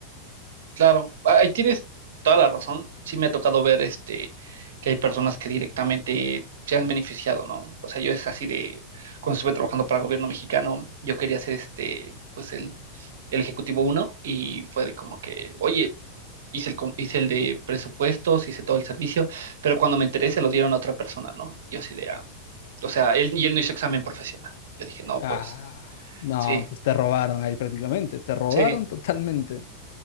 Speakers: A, on the right; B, on the left.
A: claro, ah, ahí tienes toda la razón. Sí me ha tocado ver este, que hay personas que directamente se han beneficiado, ¿no? O sea, yo es así de, cuando estuve trabajando para el gobierno mexicano, yo quería ser este, pues el, el ejecutivo uno y fue de como que, oye, hice el, com- hice el de presupuestos, hice todo el servicio, pero cuando me enteré se lo dieron a otra persona, ¿no? Yo así de, ah, o sea, él, y él no hizo examen profesional. Yo dije, no,
B: Ah,
A: pues,
B: no,
A: sí,
B: pues te robaron ahí prácticamente, te robaron
A: sí,
B: totalmente.